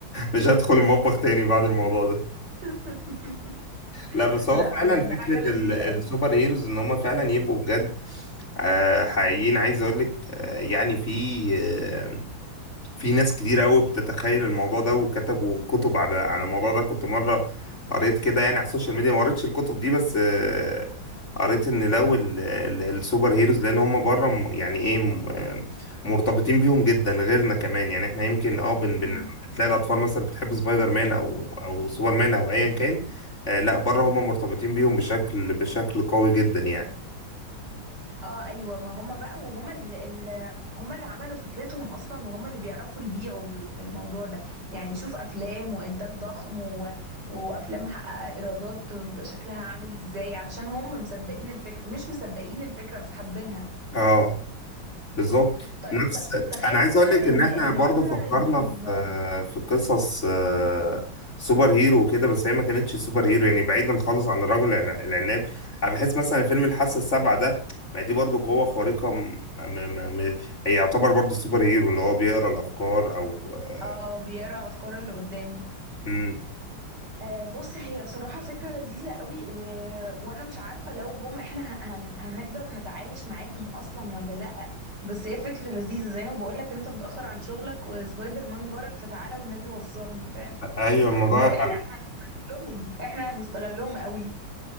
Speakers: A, on the left; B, on the right.
A: مش هدخل المطبخ تاني بعد الموضوع ده
B: <laughs>
A: لا بس
B: لا
A: هو فعلا
B: بجد
A: فكرة
B: حاجه لذيذه
A: ال... السوبر هيروز ان هم فعلا يبقوا بجد آه حقيقيين عايز اقول لك آه يعني في آه، في ناس كتير قوي بتتخيل الموضوع ده وكتبوا كتب على على الموضوع ده كنت مرة قريت كده يعني على السوشيال ميديا ما قريتش الكتب دي بس آه، قريت ان لو ال- ال- السوبر هيروز لان هم بره م- يعني ايه م- آه، مرتبطين بيهم جدا غيرنا كمان يعني احنا يمكن اه بن
B: قوي
A: بن تلاقي الاطفال مثلا بتحب سبايدر مان او او سوبر مان او ايا كان آه، لا بره هم مرتبطين بيهم بشكل بشكل قوي جدا يعني
B: اه ايوه ما هم بقى وهم اللي اللي هم اللي عملوا فكرتهم اصلا وهم اللي بيعرفوا يبيعوا ال- الموضوع ده يعني شوف افلام وانتاج ضخم و... وافلام محققه ايرادات شكلها عامل ازاي علشان هم مصدقين الفكره مش مصدقين الفكره بس حابينها
A: اه بالظبط
B: طيب
A: نفس
B: ت- تخيل
A: انا عايز
B: مثلا
A: اقول لك
B: ان
A: ان احنا
B: ان
A: برضو
B: مثلا
A: فكرنا
B: الزومبيز
A: في
B: برضو
A: في قصص آه، سوبر هيرو وكده بس هي ما كانتش سوبر هيرو يعني بعيدا خالص عن الرجل الع- العناب انا بحس مثلا فيلم الحاسه السابعه ده ما دي برضو قوه خارقه م... م... م... م... هي يعتبر برضو سوبر هيرو اللي هو بيقرا الافكار او آه،
B: اه بيقرا افكار اللي قدامه
A: مم.
B: آه، بص هي بصراحة فكرة لذيذة قوي و... وأنا مش عارفة لو جم إحنا ه- هن... هنقدر نتعايش معاهم أصلا ولا لأ بس هي فكرة لذيذة زي ما بقولك أنت متأخر عن شغلك وسبايدر مان جارك فتعالى والنبي وصلني فاهم
A: ايوه
B: ف...
A: الموضوع
B: بس إحنا هنستغلهم إحنا هنستغلهم قوي